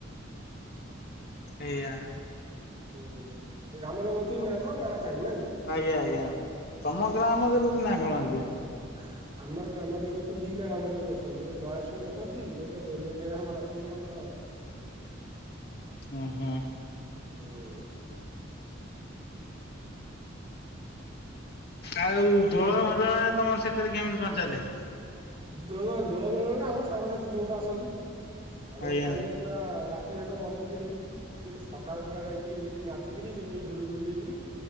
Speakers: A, on the left; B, on the right.
A: ଆଜ୍ଞା।
B: ହୁଁ ଗ୍ରାମ ଦେବତୀ
A: ଆଜ୍ଞା
B: ନାଁ କଣ ନାଁ କାଣୀ ନାଇଁ
A: ଆଜ୍ଞା। ତମ ଗ୍ରାମ ଦେବତି ନା କଣ ଆଜ୍ଞା?
B: ହ ଆମର ଗ୍ରାମ ଦେବତି ଦିଟା ଗ୍ରାମ ଦେବତୀ ଅଛନ୍ତି ଗୋଟେ ଦୟାଶୁଣୀ ଅଛନ୍ତି ଗୋଟେ ଦୋବଡିଆ ଆମର ଅଛନ୍ତି ଆମ
A: ଓ ହୋ।
B: ହୁଁ
A: ଆଉ ଦୋଳ ମେଲଣରେ ତମର ସେକରେ କେମିତି କଣ ଚାଲେ?
B: ଦୋଳ ଦୋଳ ମେଲଣରେ ଆମର ସାଙ୍ଗସାଥି ଜୋର ଆସନ୍ତି ଆମର
A: ଆଜ୍ଞା
B: ଚାଲେ ପୁରା ରାତି ଯାକ ମଦ ପିଅନ୍ତି ସିଏ ସକାଳ ପୁରା ଯାଇକି ହେଠି ନା ଛିକିରି ସେଠି ଧଝଳି ବୁଳି ଦିଅନ୍ତି